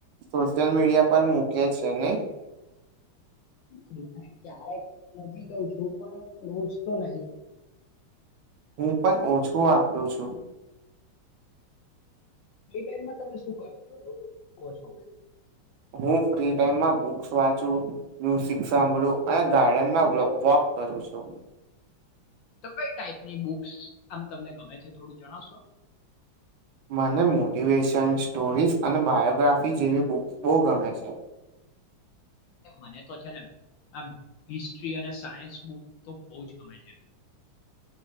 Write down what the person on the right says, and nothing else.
સોશિયલ મીડિયા પર મૂકે છે ને.
હું પણ ઓછું વાપરું છું.
હું ફ્રી ટાઈમમાં બુકસ વાંચુ, મ્યુઝિક સાંભળું અને ગાર્ડનમાં વલો વોક કરું છું.
મને મોટિવેશન સ્ટોરીઝ અને બાયોગ્રાફી જેવી બુક્સ બહુ ગમે છે. <inaudible>